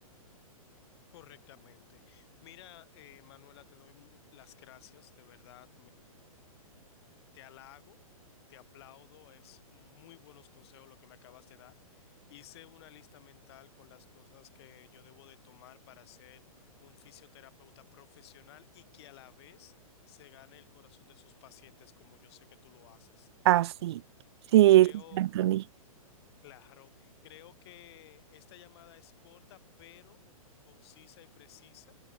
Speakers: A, on the left (about 45°); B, on the right (about 45°).
A: correctamente. Mira, eh, Manuela, te doy m- las gracias, de verdad, Te halago, te aplaudo, es muy buenos consejos lo que me acabas de dar. Hice una lista mental con las cosas que yo debo de tomar para ser un fisioterapeuta profesional y que a la vez se gane el corazón de sus pacientes como yo sé que tú lo haces.
B: Así. Sí,
A: Creo
B: sí, Anthony.
A: Claro, creo que esta llamada es corta, pero concisa y precisa,